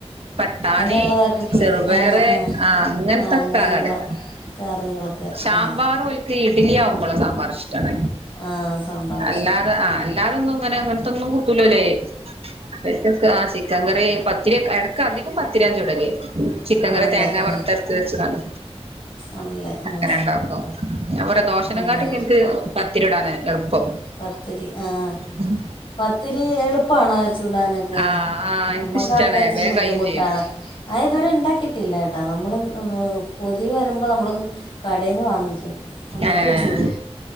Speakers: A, on the right; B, on the left.
A: പട്ടാണി
B: കടലക്കറി ചപ്പാത്തി
A: ചെറുപയർ
B: സാമ്പാറ്
A: ആഹ് അങ്ങൻത്തൊക്കെ
B: അങ്ങനത്തൊക്കെ
A: ക്ക
B: അതാണ് കറികളൊക്കെ
A: ശാമ്പാർ
B: ആ
A: ഓൽക്ക് ഇഡ്ലി ആവുമ്പളാ സാമ്പാർ ഇഷ്ടാണ്
B: ആ സാമ്പാർ
A: അല്ലാത
B: ഇഷ്ടം
A: ആഹ് അല്ലാതൊന്നും ഇങ്ങനെ ഇങ്ങൻത്തൊന്നും കൂട്ടൂല്ല ഓല് ഇവർക്കൊക്കെ ആ ചിക്കൻ കറി പത്തിരിയൊക്കെ എട്ക്ക് അധികും പത്തിരിയാ ചുടല്. ചിക്കൻ
B: ആണല്ലേ
A: കറി തേങ്ങ
B: ആ
A: വറുത്തരച്ച് വച്ചതാണ്.
B: ആണല്ലേ ആ
A: അങ്ങനണ്ട് വക്കും. ഞാൻ പറ്യ ദോശനെങ്കാട്ടിക്കെ
B: ആണല്ലേ
A: ഇൻക്ക് പത്തിര്യുടാന എൾപ്പം.
B: പത്തിരി. ആഹ്
A: ഉം
B: പത്തിരി എളുപ്പാണോ ചുടാനൊക്കെ.
A: ആഹ് ആഹ് എനിക്കിഷ്ടാണ്
B: നമ്മക്കതൊക്കെച്ചിരി
A: വേഗം
B: ബുദ്ധിമുട്ടാണ്.
A: കയ്യും ചെയ്യും
B: ആഹ് ഇതുവരെ ഇണ്ടാക്കിട്ടില്ലാട്ടാ. നമ്മള് ഈഹ് കൊതി വരുമ്പോ നമ്മള് കടേന്ന് വാങ്ങിക്കും. എന്നിട്ട്
A: ഏഹ്
B: ചുടും.